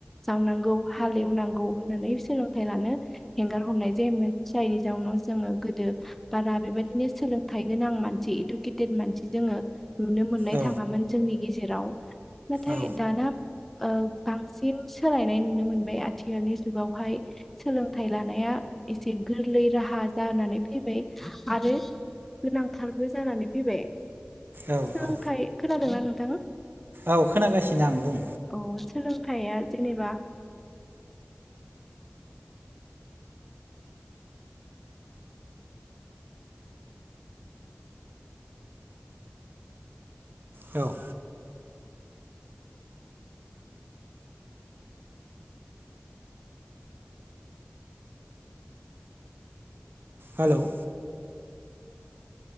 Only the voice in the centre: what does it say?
जावनांगौ हालेवनांगौ होननानै सोलोंथाइ लानो हेंगार हरनाय जायोमोन जायनि जाउनाव जोङो गोदो बारा बेबायदिनो सोलोंथाइ गोनां मानसि इदुकेटेद मानसि जोङो नुनो मोननाय
थाङामोन जोंनि गेजेराव नाथाय
दाना ओ बांसिन सोलायनाय नुनो मोनबाय आथिखालनि जुगाव हाय सोलोंथाइ लानाया एसे गोरलै राहा जानानै फैबाय आरो गोनांथारबो जानानै फैबाय
सोलोंथाइ
खोनादोंना नोंथां
औ सोलोंथाइया जेनेबा